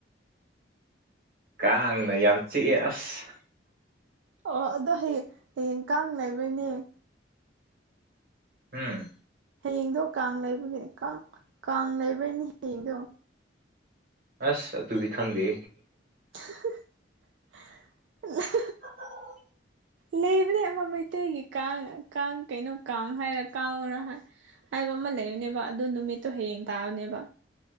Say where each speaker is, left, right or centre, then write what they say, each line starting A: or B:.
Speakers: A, on the right; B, on the right.
A: ꯀꯥꯡꯅ ꯌꯥꯝ ꯆꯤꯛꯑꯦ ꯑꯁ
B: ꯑꯣ ꯑꯗꯣ ꯍꯌꯦꯡ ꯍꯌꯦꯡ ꯀꯥꯡ ꯂꯩꯕꯅꯦ
A: ꯎꯝ
B: ꯍꯌꯦꯡꯗꯣ ꯀꯥꯡ ꯂꯩꯕꯒꯤꯅꯤ ꯀꯥꯡ ꯀꯥꯡ ꯂꯩꯕꯩꯅꯤ ꯍꯌꯦꯡꯗꯣ
A: ꯑꯁ ꯑꯗꯨꯨꯗꯤ ꯈꯪꯗꯦ
B: ꯍꯜ
A: <unintelligible>
B: ꯂꯩꯕꯅꯦ ꯑꯃ ꯃꯩꯇꯩꯒꯤ ꯀꯥꯡ ꯀꯥꯡ ꯀꯩꯅꯣ ꯀꯥꯡ ꯍꯥꯏꯔ ꯀꯥꯡ ꯍꯥꯏꯕ ꯑꯃ ꯂꯩꯕꯅꯦꯕ ꯑꯗꯨ ꯅꯨꯃꯤꯠꯇꯣ ꯍꯌꯦꯡ ꯇꯥꯕꯅꯦꯕ